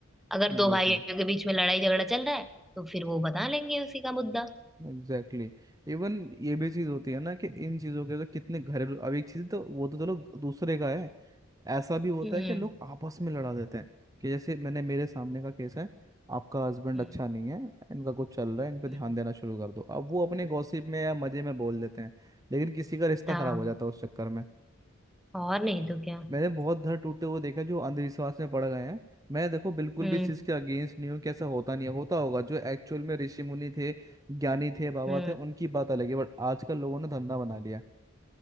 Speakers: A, in the centre; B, on the right (about 15°).
A: अगर दो
B: exactly
A: भाइयों के बीच में लड़ाई झगड़ा चल रहा है तो फिर वो बता लेंगे उसी का मुद्दा
B: Exactly exactly. Even ये भी चीज होती है ना कि इन चीजों के तो कितने घरेलू अब एक चीज तो वो तो चलो दूसरे का है ऐसा भी होता
A: हम्म
B: है कि लोग आपस में लड़ा देते हैं कि जैसे मैंने मेरे सामने का केस है आपका हस्बैंड
A: हम्म
B: अच्छा नहीं है इनका कुछ चल रहा है इन पे
A: हम्म
B: ध्यान देना शुरू कर दो अब वो अपने गॉसिप में या मजे में बोल देते हैं लेकिन किसी का रिश्ता
A: हाँ
B: खराब हो जाता है उस चक्कर में
A: और नहीं तो क्या
B: मैंने बहुत घर टूटे हुए देखा जो अंधविश्वास में पड़ गए हैं मैं देखो बिल्कुल
A: हम्म
B: भी इस चीज के अगेंस्ट नहीं हूँ कि ऐसा होता नहीं है होता होगा जो एक्चुअल में ऋषि मुनि थे ज्ञानी थे बाबा
A: हम्म
B: थे उनकी बात अलग है बट आजकल लोगों ने धंधा बना लिया